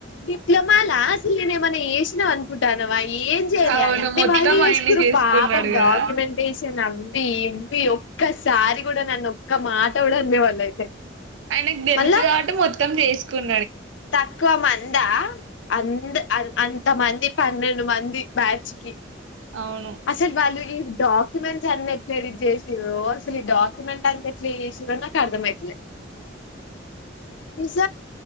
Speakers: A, on the left (about 75°); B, on the right (about 80°).
A: డిప్లొమాల అసలు నేను ఏమన్నా చేసినావు అనుకుంటానువా ఏం చేయాలే
B: అవును
A: అన్ని
B: మొత్తం
A: వాళ్లే చేసుకురు
B: ఆయనే చేసుకున్నాడు
A: పాపం
B: కదా
A: డాక్యుమెంటేషన్ అవి ఇవి ఒక్కసారి కూడా నన్ను ఒక్క మాట కూడా అన్లేవాళ్ళు అయితే
B: నీకు తెలుసు
A: మళ్ళా
B: కావట్టి మొత్తం చేసుకుండు
A: తక్కువ మంద అంద అ అంత మంది పన్నెండు మంది బ్యాచ్ కి
B: అవును
A: అసలు వాళ్ళు ఈ డాక్యుమెంట్స్ అన్ని ఎట్లా ఎడిట్ చేసింరో అసలు ఈ డాక్యుమెంట్ అంత ఎట్లా చేసింరో నాకు అర్థమయితలే నిజ